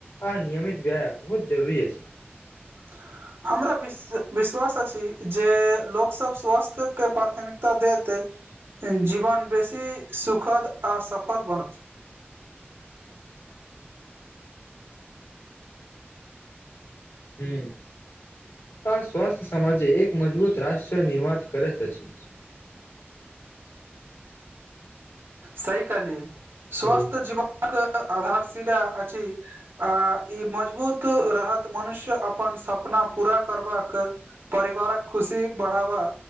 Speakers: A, on the left; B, on the right.
A: आ नियमित व्यायाम, बहुत जरुरी अछि।
B: ह हमरा विश विश्वास अछि। जे लोक सभ स्वास्थ्य के प्राथमिकता देत। जीवन बेसी सुखद आ सफल बनत।
A: हू आ स्वस्थ्य समामाजे एक मजबूत राष्ट्र निर्माित करैत अछि।
B: सहि कहालिये स्वस्थ्य
A: हेलो
B: जीवन। आहाकेँ आधारशिला अधी आ ई मजबूत रहत मनुष्य अपन सपना पूरा करबाक। परिवारक खुशी बढ़ावा।